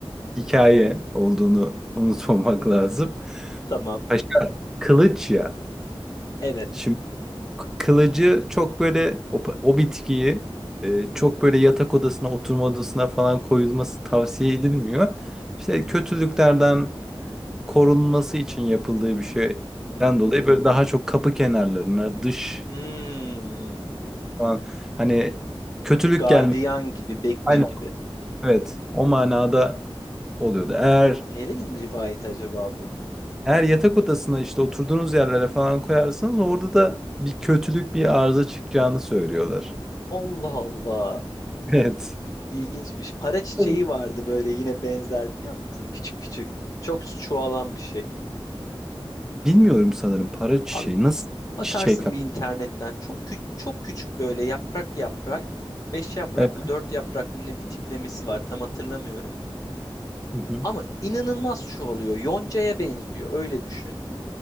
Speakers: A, in the centre; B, on the left (about 35°).
A: hikaye olduğunu unutmamak lazım.
B: Tamam.
A: Paşa Kılıç ya.
B: Evet.
A: Şimdi k- kılıcı çok böyle o, o bitkiyi e, çok böyle yatak odasına, oturma odasına falan koyulması tavsiye edilmiyor. İşte kötülüklerden korunması için yapıldığı bir şeyden
B: Hmm.
A: dolayı böyle daha çok kapı kenarlarına, dış
B: Hmm.
A: falan hani kötülük
B: Bir gardiyan
A: gelmesi
B: gibi, bekçi
A: Aynen
B: gibi.
A: evet o manada oluyordu. Eğer
B: Nerenin rivayeti acaba bu?
A: eğer yatak odasına işte oturduğunuz yerlere falan koyarsanız orada da bir kötülük bir arıza çıkacağını söylüyorlar.
B: Allah Allah.
A: <laughs>
B: İlginçmiş. Para çiçeği
A: Evet.
B: vardı böyle yine benzer biliyor musun? Küçük küçük. Çok çoğalan bir şey.
A: Bilmiyorum sanırım para
B: Abi
A: çiçeği. Nasıl
B: Bakarsın
A: çiçek ama?
B: bir internetten çok küçük çok küçük böyle yaprak yaprak beş yaprak
A: Evet.
B: mı dört yaprak mı ne bir tiplemesi var tam hatırlamıyorum.
A: Hı hı.
B: Ama inanılmaz çoğalıyor. Yonca'ya benziyor öyle düşün.